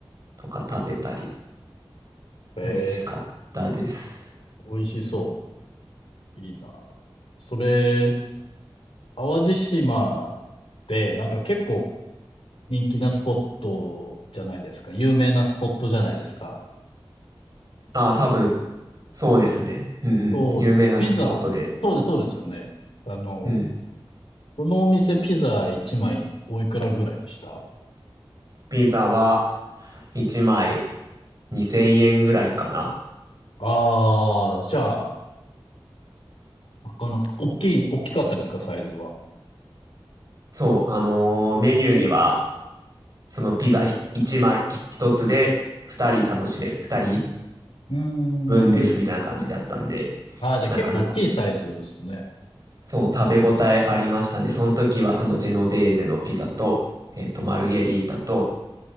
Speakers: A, on the right; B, on the left.
A: とか食べたり。
B: えええ
A: 美味しかったです。
B: 美味しそう。いいな。それ、淡路島で、なんか結構人気なスポットじゃないですか。有名なスポットじゃないですか。
A: あ、多分、そうですね。うんうん。
B: そうです。
A: 有名なスポットで。
B: ピザ、そうです、そうですよね。あの、
A: うん。
B: そのお店ピザ1枚おいくらぐらいでした
A: ピザは1枚2000円ぐらいかな。
B: ああじゃあ、なかなか、大きい、大きかったですか、サイズは。
A: そう、あのーメニューには、そのピザ1枚1つで2人楽しめる。2人分ですみたいな感じだったんで、
B: うーん。ああ、じゃあ結構大きいサイズですね。
A: なかなか、そう、食べ応えありましたね。その時はそのジェノベーゼのピザと、えっと、マルゲリータと、